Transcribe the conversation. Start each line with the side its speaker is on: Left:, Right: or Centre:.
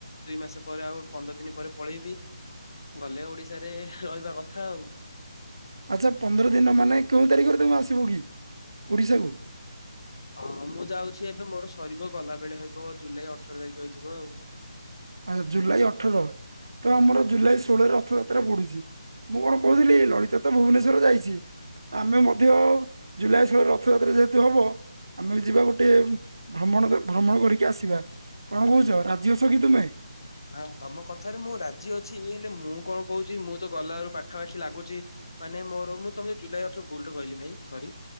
Left: ଦୁଇ ମାସ ପରେ ଆଉ ପନ୍ଦର ଦିନି ପରେ ପଳେଇବି ଗଲେ ଓଡିଶାରେ ରହିବା କଥା ଆଉ।
Right: ଆଚ୍ଛା ପନ୍ଦର ଦିନ ମାନେ କେଉଁ ତାରିଖରେ ତମେ ଆସିବ କି ଓଡିଶା କୁ?
Left: ହଁ ହଁ ମୁଁ ଯାଉଛି ଏବେ ମୋର ସରିବ ଗଲା ବେଳେ ହେବ ଜୁଲାଇ ଅଠର ତାରିଖ ହେଇଯିବ ଆଉ।
Right: ଆଚ୍ଛା ଜୁଲାଇ ଅଠର ତ ଆମର ଜୁଲାଇ ଷୋଳରେ ରଥଯାତ୍ରା ପଡୁଛି। ମୁଁ କଣ କହୁଥିଲି ଲଳିତ ତ ଭୁବୁନେଶ୍ଵର ଯାଇଛି। ଆମେ ମଧ୍ୟ ଜୁଲାଇ ଷୋଳ ରେ ରଥଯାତ୍ରା ଯେହେତୁ ହବ। ଆମେ ଯିବା ଗୋଟେ ଭ୍ରମଣ ଭ୍ରମଣ କରିକି ଆସିବା କଣ କହୁଛ ରାଜି ଅଛ କି ତୁମେ?
Left: ହଁ ତମ କଥାରେ ମୁଁ ରାଜି ଅଛି ହେଲେ ମୁଁ କଣ କହୁଚି ମୁଁ ତ ଗଲାରୁ ପାଖାପାଖି ଲାଗୁଚି। ମାନେ ମୋର ମୁଁ ତମ ଜୁଲାଇ ଅଠର ଭୁଲୁ କହିଲି ଭାଇ ସରି।